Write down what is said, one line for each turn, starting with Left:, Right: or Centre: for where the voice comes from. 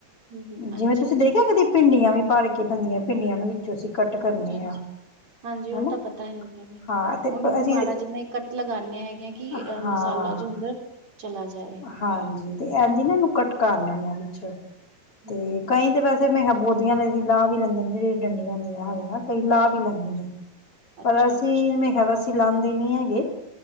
Right: ਹੂੰ, ਹੂੰ,
Left: ਜਿਵੇਂ
Right: ਅੱਛਾ
Left: ਤੁਸੀਂ ਦੇਖਿਆ
Right: ਜੀ।
Left: ਕਦੀ ਭਿੰਡੀਆਂ ਵੀ ਭਰ ਕੇ ਬਣਦੀਆਂ ਭਿੰਡੀਆਂ ਨੂੰ ਵਿੱਚੋਂ ਅਸੀਂ ਕੱਟ ਕਰਨੇ
Right: ਹਾਂਜੀ, ਹਾਂਜੀ।
Left: ਆ
Right: ਹਾਂਜੀ, ਉਹ
Left: ਹਨਾ
Right: ਪਤਾ ਤਾਂ ਹੈਗਾ ਵੇ
Left: ਹਾਂ ਤੇ
Right: ਉਹਨੂੰ ਵੀ
Left: ਅਸੀਂ
Right: ਮਾੜਾ ਜਿੰਨਾ ਕੱਟ ਲਗਾਉਂਦੇ ਹੈਗੇ ਆ ਕਿ
Left: ਹਾਂ
Right: ਅ ਮਸਾਲਾ ਜੋ ਹੁੰਦਾ ਚਲਾ ਜਾਏ
Left: ਹਾਂਜੀ ਤੇ ਇਜ ਈ ਨਾ ਇਹਨੂੰ ਕਟ ਕਰ ਲੈਣੇ ਆ ਵਿੱਚੋਂ
Right: ਹੂੰ,
Left: ਤੇ ਕਈ ਤੇ ਵੈਸੇ ਮੈਂ ਕਿਹਾ ਬੋਦੀਆਂ ਦੀ ਲਾਹ ਵੀ ਲੈਂਦੇ ਨੇ ਜਿਹੜੀ ਡੰਡੀਆਂ ਹੁੰਦੀਆਂ ਹੈਗਆਂ ਕਈ ਲਾਹ ਵੀ ਵੀ ਲੈਂਦੇ
Right: ਅੱਛਾ,
Left: ਨੇ
Right: ਅੱਛਾ,
Left: ਪਰ ਅਸੀਂ
Right: ਅੱਛਾ।
Left: ਤੇ ਮੇਰਾ ਖਿਆਲ ਅਸੀਂ ਇਹਨੂੰ ਲਾਉਂਦੇ ਨੀ ਹੈਗੇ